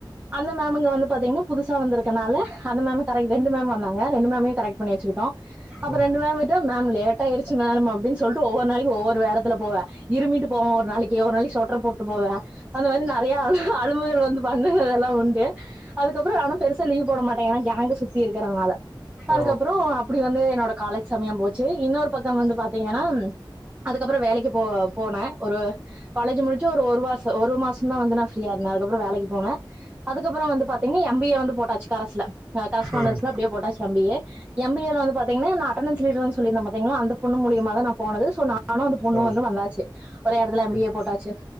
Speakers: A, on the right; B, in the centre.
A: அந்த மேமுங்க வந்து பாத்தீங்கன்னா புதுசா வந்துருக்கனால அந்த மேம்மு கரெக் ரெண்டு மேம் வந்தாங்க ரெண்டு மேமையு கரெக்ட் பண்ணி வெச்சிக்குட்டோ
B: ம்
A: அப்போ
B: ம்
A: ரெண்டு மேம் கிட்ட மேம் லேட்டா ஆயிடுச்சு மேம் அப்புடின்னு சொல்ட்டு ஒவ்வொரு நாளைக்கு ஒவ்வொரு வேடத்துல போவே இரும்பிட்டு போவே ஒரு நாளைக்கு ஒரு நாளைக்கு சோட்டர் போட் போவே அந்த மாரி நறையா அழும்போது வந்து பா இந்த கதல்லா உண்டு அதுக்கப்புறோ நானு பெருசா லீவ் போட மாட்டே ஏன்னா கேங்கு சுத்தி இருக்கிறதுனால
B: ஓ
A: அதுக்கப்புறோ அப்புடி வந்து என்னோட காலேஜ் சமயம் போச்சு இன்னொரு பக்கம் வந்து பாத்தீங்கன்னா அதுக்கப்புறம் வேலைக்கு போ போனே ஒரு காலேஜ் முடிச்சு ஒரு ஒரு மாசோ ஒரு மாசோ தா வந்து நா ஃப்ரீயா இருந்தே அதுக்கப்புறோ வேலக்கி போனே அதுக்கப்புறோ வந்து பாத்தீங்கன்னா எம் பி ஏ வந்து போட்டாச்சி கரஸ்ல அ கரஸ்பான்டன்ஸ்
B: ம்
A: அப்புடியே போட்டாச்சு M B A, M B ஏல வந்து பாத்தீங்கன்னா என்ன அட்டனன்ஸ் லீடர்ன்னு செல்லிருந்த பாத்தீங்களா அந்த பொண்ணு மூலியமா நா போனது சோ நானு அந்த பொண்ணு
B: ஓ
A: வந்து வந்தாச்சு ஒரே எடத்துல எம்
B: ம்.
A: பி ஏ போட்டாச்சு